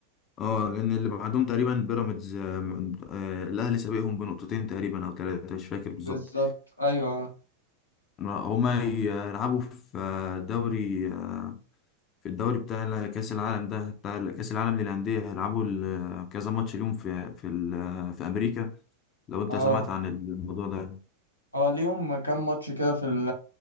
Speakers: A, on the left; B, on the left.
A: اه لان اللي بعدهم تقريبا بيراميدز آه، آه، الاهلي سابقهم بنقطتين تقريبا او ثلاثه مش فاكر بالظبط
B: بالظبط ايوه
A: هما يلعبوا في آه، دوري آه، في الدوري بتاع كاس العالم ده بتاع كاس العالم للانديه هيلعبوا ال- كذا ماتش اليوم في في ال- في امريكا لو انت
B: اه
A: سمعت عن الموضوع ده
B: اه ليهم كام ماتش كده في ال